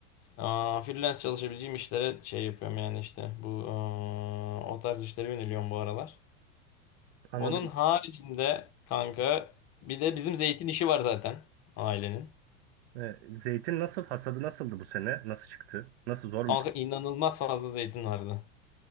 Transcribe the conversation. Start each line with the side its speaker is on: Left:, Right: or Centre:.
Left: Aa, freelance çalışabileceğim işlere şey yapıyorum yani işte bu aa, o tarz işlere yöneliyorum bu aralar.
Right: Anladım.
Left: Onun haricinde kanka bir de bizim zeytin işi var zaten ailenin.
Right: Ee, zeytin nasıl hasadı nasıldı bu sene? Nasıl çıktı? Nasıl zor mu?
Left: Kanka inanılmaz fazla zeytin vardı.